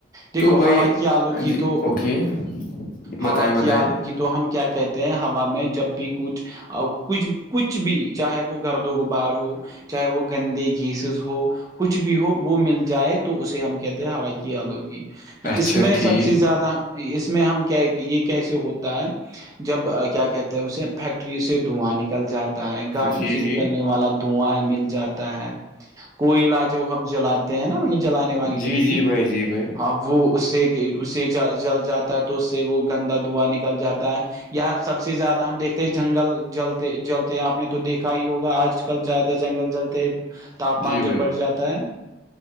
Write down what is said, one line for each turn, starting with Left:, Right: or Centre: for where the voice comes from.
Right: دیکھو
Left: تو بھائی
Right: ہوا کی آلودگی
Left: جی
Right: تو
Left: اوکے
Right: ہوا
Left: بتائیں
Right: کی
Left: بتائیں
Right: آلودگی تو تو ہم کیا کہتے ہیں ہوا میں جب بھی کچھ اور کچھ کچھ بھی چاہے وہ گھردوں کو باہار ہو چاہے وہ گندے گیسز ہو کچھ بھی ہو وہ مل جائے تو اسے ہم کہتے ہیں ہوائی کی آلودگی
Left: اچھا
Right: اس میں
Left: ٹھیک
Right: سب سے زیادہ اس میں ہم کیا یہ کیسے ہوتا ہے جب کیا کہ اسے فیکٹری سے دھواں نکل جاتا ہے گاڑیوں
Left: جی
Right: سے نکلنے
Left: جی
Right: والا دھواں مل جاتا ہے کوئی علاج ہو ہم جلاتے ہیں نا مطلب جلانے والی لکڑی
Left: جی جی بھائی جی بھائی
Right: آ وہ اس سے کہ اسے جل جاتا ہے تو اس سے وہ گندا دھواں نکل جاتا ہے یہ سب سے زیادہ ہم دیکھتے ہیں جنگل جل جلتے آپ نے تو دیکھا ہی ہوگا آج کل زیادہ جنگل جلتے ہیں تاپمان
Left: جی
Right: جب
Left: بھائی
Right: بڑھ جاتا ہے